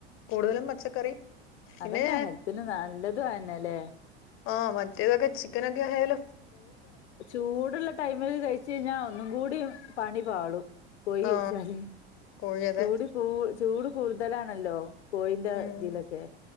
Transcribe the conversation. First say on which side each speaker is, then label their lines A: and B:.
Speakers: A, on the left (about 40°); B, on the left (about 90°).
A: കൂടുതലും പച്ചക്കറി പിന്നെ
B: അതന്നാ ഹെൽത്തിന് നല്ലതും അയന്നലെ
A: ആഹ് മറ്റേതൊക്കെ ചിക്കൻഒക്കെ ആയാലോ
B: ചൂടള്ള ടൈമില് കഴിച്ച ചഴിഞ്ഞ ഒന്നുംകൂടിം പണി പാളും കോഴിയയ്ച്ചാൽ
A: ആ കോഴി അതെ
B: ചൂടി പോ ചൂട് കൂടുതലാണല്ലോ കോഴിന്റെ
A: ഉം
B: ഇതിലൊക്കെ